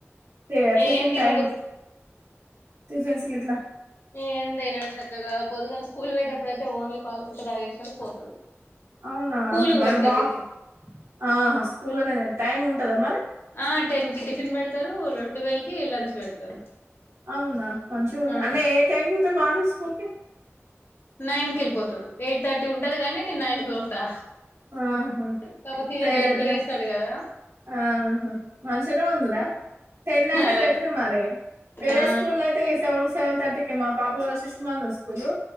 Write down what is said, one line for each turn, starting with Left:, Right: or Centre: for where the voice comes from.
Right: టటిఫన్
Left: ఏం తినడు
Right: టైమ్ టిఫిన్స్ గిట్లా
Left: ఏమితిననడు చక్కగా పొదుగాలనె స్కూల్ పోయటప్పుడైతే ఓన్లీ పాలు ఒకటి తాగేస్తాడు పోతడు
Right: అవునా
Left: స్కూల్కి
Right: మరి
Left: పెడతా
Right: బాక్స్
Left: టిఫిన్
Right: ఆహా స్కూల్లోనే టైమ్ ఉంటదా మరి
Left: ఆ టెన్ కి టిఫిన్ పెడతారు లో ట్వెల్ కి లంచ్ పెడతారు
Right: అవునా మంచిగా ఉంది
Left: ఆ
Right: అంటే ఏ టైం పోతరు మార్నింగ్ స్కూల్కి
Left: నైన్ కి వెళ్ళిపోతాడు ఎయిట్ థర్టీ ఉంటదిగాని నేను నైన్కి తోళ్తా
Right: ఆహా
Left: కాకపోతే తినడు
Right: ప్రేయర్
Left: ఏయిట్కి
Right: అయిపోయినంక
Left: లేస్తాడు కదా
Right: ఆహా మంచిగనే ఉందిరా టెన్ అంటే
Left: అదే
Right: బెటరే మరి వేరే
Left: ఆ
Right: స్కూల్ల్లో అయితే సెవెన్ సెవెన్ థర్టీకి మా పాప వాళ శిశు మందిర్ స్కూలు